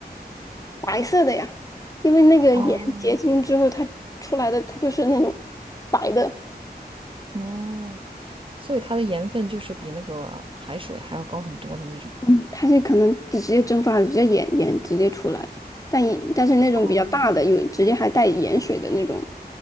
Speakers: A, on the left; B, on the right.
A: 白色的呀，因为那个盐结晶之后它出来的它就是那种
B: 哦
A: 白的。
B: 哦，所以它的盐分就是比那个海水还要高很多的那种。
A: 嗯，它是可能直接蒸发了，直接盐盐直接出来了，但也但是那种比较大的，
B: 哦，
A: 有直接还带盐水的那种